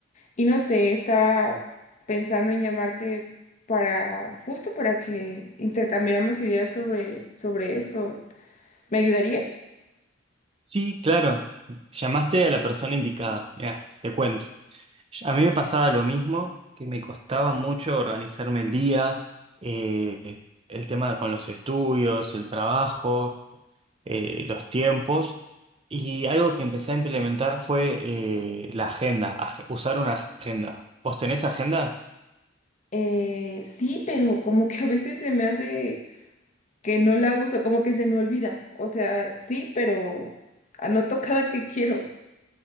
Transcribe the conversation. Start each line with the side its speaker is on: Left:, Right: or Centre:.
Left: y no sé, estaba pensando en llamarte para, justo para que intercambiáramos ideas sobre, sobre esto. ¿Me ayudarías?
Right: Sí, claro. Llamaste a la persona indicada. Mira, te cuento. A mí me pasaba lo mismo, que me costaba mucho organizarme el día, eh, el tema con los estudios, el trabajo, eh, los tiempos. Y algo que empecé a implementar fue eh, la agenda, ag- usar una agenda. ¿Vos tenés agenda?
Left: Eh, sí, pero como que a veces se me hace que no la uso, como que se me olvida. O sea, sí, pero anoto cada que quiero.